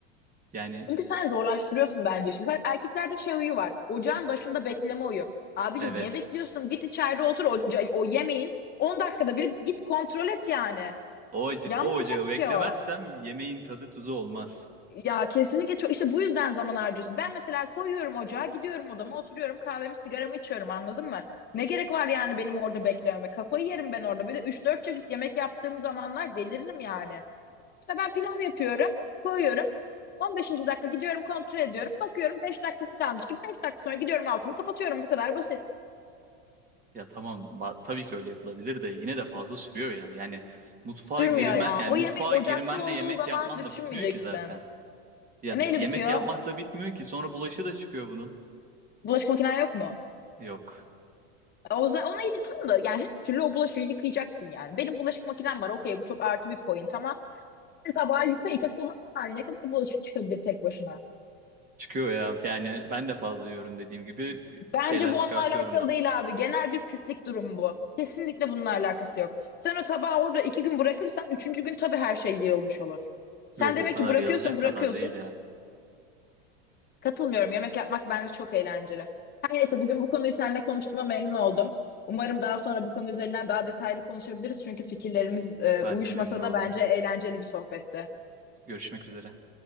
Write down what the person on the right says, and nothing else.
Yani
evet.
O acı,
o ocağı beklemezsem
yemeğin tadı tuzu olmaz.
Ya tamam ba- tabii ki öyle yapılabilir de yine de fazla sürüyor ya. Yani mutfağa
girilmen
yani
mutfağa
girmenle
yemek
yapman
da bitmiyor ki zaten. Ya
yemek
yapmakla bitmiyor ki sonra bulaşı da çıkıyor bunun.
Yok.
Çıkıyor ya. Yani ben de fazla yiyorum dediğim gibi bir
şeyler
çıkartıyorum
ben.
Yok
o kadar
yazılacak kadar
değil ya.
Ben
de memnun oldum.
Görüşmek üzere.